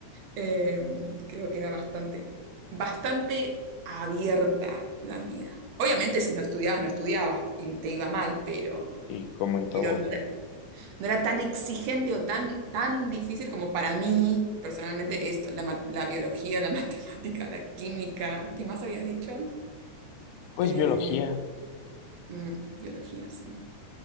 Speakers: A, on the right; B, on the left.
A: Eh, creo que era bastante, bastante abierta la mía. Obviamente, si no estudiabas, no estudiabas y te iba mal, pero,
B: Y como en todo,
A: pero no era, no era tan exigente o tan, tan difícil como para mí, personalmente, esto, la, ma- la biología, la <laughs> matemática, la química. ¿Qué más habías dicho?
B: pues
A: Eh,
B: biología.
A: mm, biología, sí.